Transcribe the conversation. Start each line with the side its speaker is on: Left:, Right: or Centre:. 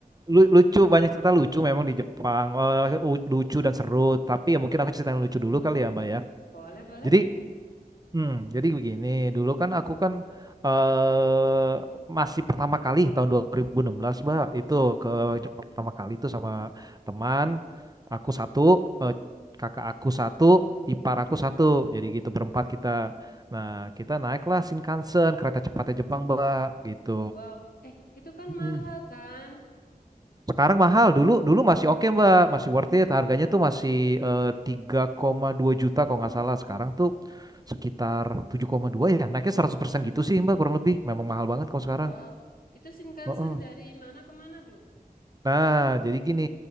Right: lu- lucu, banyak cerita lucu memang di Jepang, Eh, u- lucu dan seru. Tapi ya mungkin aku cerita yang lucu dulu kali ya, Mbak ya.
Left: boleh boleh.
Right: Jadi Hmm, jadi begini, dulu kan aku kan eh masih pertama kali tahun 2016, Mbak, itu ke Jepang pertama kali itu sama teman aku satu, eh, kakak aku satu, ipar aku satu. Jadi gitu berempat kita. Nah, kita naiklah Shinkansen, kereta cepatnya Jepang, Mbak, gitu.
Left: Wow, eh itu kan
Right: Mm-mm.
Left: mahal kan?
Right: Sekarang mahal dulu dulu masih oke Mbak, masih worth it. Harganya tuh masih eh, 3,2 juta kalau nggak salah. Sekarang tuh sekitar 7,2 ya. Naiknya 100% gitu sih Mbak kurang lebih. Memang mahal banget kalau sekarang.
Left: Wow, itu Shinkansen
Right: Heeh.
Left: dari mana ke mana tuh?
Right: Nah, jadi gini,